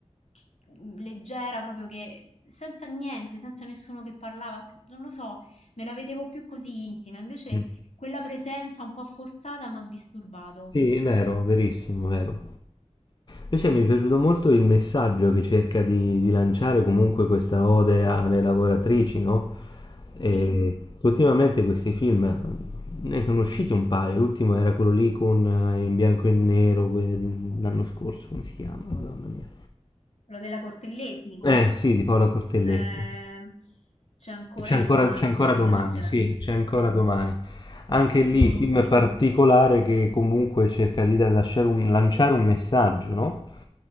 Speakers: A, on the left (about 70°); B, on the left (about 40°).
A: che- leggera, proprio che senza niente, senza nessuno che parlava, se- non lo so, me la vedevo più così intima. Invece
B: Mm.
A: quella presenza un po' forzata mi ha disturbato.
B: Sì, è vero, verissimo, vero. Invece mi è piaciuto molto il messaggio che cerca di, di lanciare comunque questa ode alle lavoratrici, no? E
A: Sì,
B: ultimamente questi film mh, ne sono usciti un paio, l'ultimo era quello lì con eh, in bianco e nero, que- l'anno scorso, come si chiama? Madonna mia.
A: quello della Cortellesi.
B: Eh sì, di Paola Cortellesi.
A: eh, c'è ancora
B: C'è ancora,
A: domani,
B: c'è ancora
A: una cosa
B: domani,
A: del genere.
B: sì, c'è ancora
A: Sì.
B: domani. Anche lì,
A: Bellissimo.
B: film particolare che comunque cerca di dare- lasciare un- lanciare un messaggio, no?